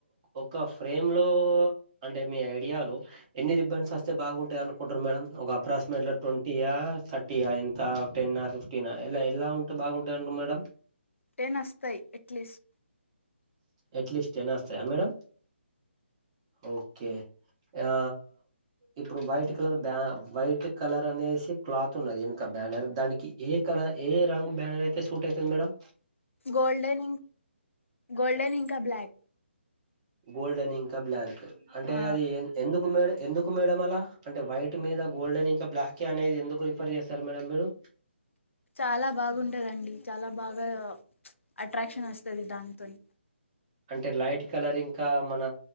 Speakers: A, on the right (about 25°); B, on the left (about 80°).
A: ఒక ఫేమ్ లో అంటే మీ ఐడియాలో ఎన్ని రిబ్బన్స్ వస్తే బాగుంటదనుకు ఉంటారు మేడం ఒక అప్రాక్సిమేట్లీ ట్వంటి టీ థర్టీయా ఇంత టెన్ ఫిఫ్టీన్ ఎలా ఎలా ఉంటే బాగుంటాండి మేడమ్
B: టెన్ వస్తాయి ఎట్లీస్ట్
A: ఎట్లిస్ టెన్ వస్తాయా మేడమ్ ఓకే ఆ ఇప్పుడు వైట్ కలర్ బ్యా వైట్ కలర్ అనేసి క్లాత్ ఉన్నది వెనక బ్యానర్ దానికి ఏ కలర్ ఏ రంగు బ్యానర్ అయితే సూట్ అయితది మేడమ్
B: గోల్డెన్ గోల్డెన్ ఇంకా బ్లాక్
A: గోల్డెన్ ఇంకా బ్లాంక్ అంటే
B: ఆ
A: అది ఎందుకు మేడ ఎందుకు మేడం అలా అంటే వైట్ మీద గోల్డెన్ ఇంకా బ్లాక్ అనేది ఎందుకు రిఫర్ చేస్తారు మేడం మీరు
B: చాలా బాగుంటదండి చాలా బాగా అట్రాక్షన్ వస్తది దానితోని
A: అంటే లైట్ కలర్ ఇంకా మన